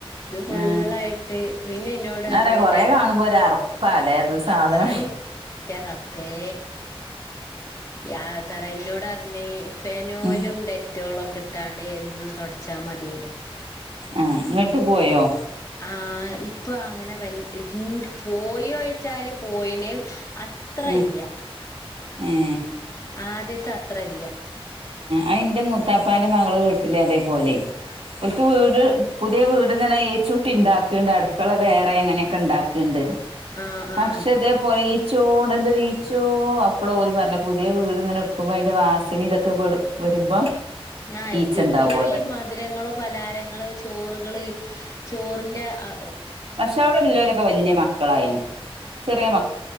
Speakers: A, on the left; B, on the right.
A: ഇത് ഫുള്ളായിട്ട്
B: ആ
A: പിന്നെ ഇന്നോട്
B: എന്നാ
A: പറഞ്ഞിട്ടെ
B: പറയാ കൊറേ കാണുമ്പോ ഒരു അറപ്പാല്ലേ അത് സാധനം
A: അയി ന്റെ റബ്ബേ യാ തറ ഇന്നോട് പറഞ്ഞ് ഫെനോയിലും
B: ഉം
A: ഡെറ്റ് റ്റോളൊക്കെ ഇട്ടാണ്ട് എന്നും തുടച്ചാൽ മതിയല്ലോ
B: ആ എന്നിട്ട് പോയോ?
A: ആ ഇപ്പൊ അങ്ങനെ വ പോയി വച്ചാല് പോയിന് അത്ര
B: ഉം
A: ഇല്ല
B: ഏ
A: ആദ്യത്തെ അത്ര ഇല്ല.
B: അയെന്റെ മൂത്താപ്പാന്റെ മകള് വീട്ടില് അതേപോലെ ഓൾക്ക് വീട് പുതിയ വീട് ഇങ്ങനെ ഏച്ചൂട്ടി ഉണ്ടാക്കണ് അടുക്കള വേറെ അങ്ങനെയൊക്കെ ഇണ്ടാക്കുണ്ട്.
A: ആ ആ
B: പക്ഷേ ഇതേപോലെ ഈ ച്ചോട് എന്തരീച്ചോ അപ്പോൾ ഓര് പറഞ്ഞെ പുതിയ വീട് ഇങ്ങനെ എടുക്കുമ്പോ അതിന്റെ വാസന ഇതൊക്കെ പെടും വരുമ്പം
A: ആ
B: ഈച്ച ഇണ്ടാവോലോ
A: പിന്നെ ഈ മധുരങ്ങള്, പലാരങ്ങള്, ചോറുകള് ചോറിന്റെ ആ
B: പക്ഷേ അവടെല്ലോലൊക്കെ വല്യേ മക്കളായിണ് ചെറിയ മ